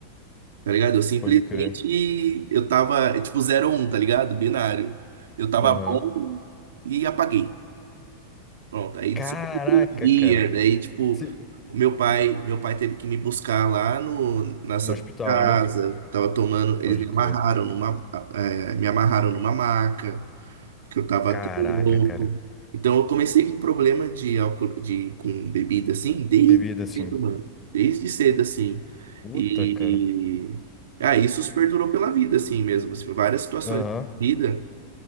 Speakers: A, on the right (about 65°); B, on the left (about 20°).
A: Tá ligado? Eu simplesmente
B: Pode crer.
A: eu tava, é tipo zero ou 1, tá ligado? Binário. Eu tava
B: Aham.
A: bom e apaguei. Pronto. Aí
B: Caraca,
A: só outro dia,
B: cara.
A: daí tipo,
B: Cê-
A: o meu pai, meu pai teve que me buscar lá no na
B: No
A: Santa
B: hospital,
A: Casa.
B: né?
A: Tava tomando, eles
B: Pode
A: me
B: crer.
A: amarraram numa, eh, me amarraram numa maca que eu estava
B: Caraca,
A: até louco.
B: cara.
A: Então eu comecei com problema de álcool, de com bebida assim, desde
B: Bebida assim.
A: cedo, mano. Desde cedo, assim.
B: Puta,
A: E
B: cara.
A: ah, isso perdurou pela vida, assim mesmo. assim, várias situações
B: Aham.
A: da vida,